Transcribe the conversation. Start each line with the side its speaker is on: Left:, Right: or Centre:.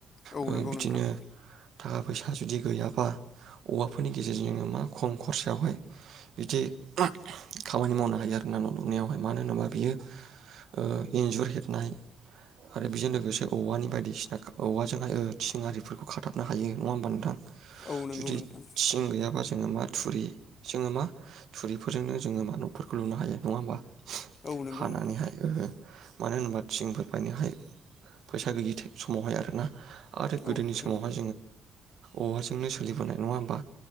Left: औ
Right: ओ
Left: नंगौ
Right: बिदिनो
Left: नोंथां
Right: थाखा फैसा जुदि गैयाबा औवाफोरनि गेजेरजों जोङो मा खम खरसायावहाय इदि उमह खामानि मावनो हायो आरोना न' लुनायावहाय मानो होनोबा बियो ओ इन्जुर हेबनाय आरो बेजों लोगोसे औवानि बायदिसिना औवाजोंहाय ओ थिं आरिफोरखौ खाथाब नो हायो नङा होमबा नोंथां?
Left: औ नंगौ
Right: जुदि
Left: नोंथां
Right: थिं गैयाबा जोङो मा थुरि जोङो मा थुरिफोरजोंनो जोङो मा न'फोरखौ लुनो हायो नङा होमबा?
Left: औ नंगौ
Right: हानानैहाय
Left: नोंथां
Right: ओ मानो होनबा थिंफोर बायनोहायो फैसा गैयि समावहाय आरो ना आरो गोदोनि
Left: औ
Right: समावहाय
Left: नंगौ
Right: औवाजोंनो सोलिबोनाय नङा होमबा?